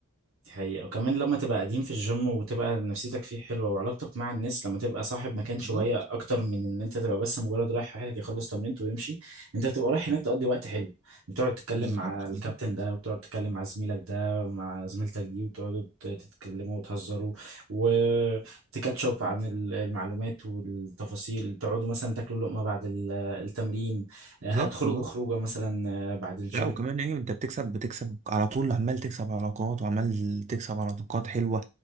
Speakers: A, on the right; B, on the right.
A: دي حقيقة وكمان لما تبقى قديم في الجيم وتبقى نفسيتك فيه حلوة وعلاقتك مع الناس لما تبقى صاحب مكان
B: بالظبط
A: شوية أكتر من إن أنت تبقى بس مجرد رايح واحد يخلص تمرينته ويمشي أنت بتبقى رايح هناك تقضي وقت حلو بتقعد تتكلم
B: بالظبط
A: مع الكابتن
B: بالظبط
A: ده وبتقعد تتكلم مع زميلك ده مع زميلتك دي وتقعدوا ت- تتكلموا وتهزروا وتكاتشب عن ال- المعلومات والتفاصيل تقعدوا مثلا تاكلوا لقمة بعد ال- التمرين هتخرجوا
B: بالظبط بالظبط
A: خروجة مثلا بعد الجيم
B: لا وكمان ايه انت بتكسب بتكسب على طول عمال تكسب علاقات وعمال تكسب علاقات حلوة